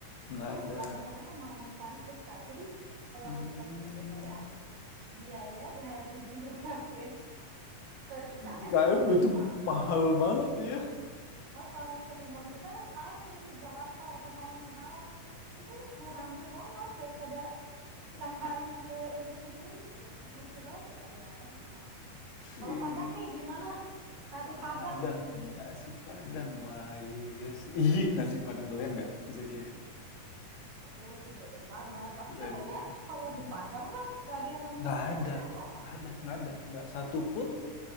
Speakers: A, on the left; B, on the right.
A: Nggak
B: itu
A: ada.
B: landasannya memang transit Kak. Jadi kalau
A: Mmm.
B: dipikir-pikir ya biaya dari Banjarmasin ke IKN
A: I IKN
B: itu lebih
A: itu
B: mahal
A: mahal banget ya.
B: heeh, ketimbang kita main nih ke Jakarta atau main ke Malang Kak. Itu murahan ke sono daripada kita <laughs> main ke ini sendiri. Ya emang lucu banget ya Kalimantan memang.
A: Ih.
B: Kalau Padang nih gimana? Nasi
A: Padang,
B: Padang.
A: nasi Padang. Wah, iya sih. Ih, nasi Padang doyan nggak, Zak ya?
B: Aku sih doyan banget. Tapi
A: Doyan
B: katanya
A: banget ya.
B: kalau
A: Hmm.
B: di Padang mah nggak ada yang namanya
A: Nggak
B: nasi
A: ada,
B: Padang ya Kak?
A: nggak ada, nggak ada, nggak satu pun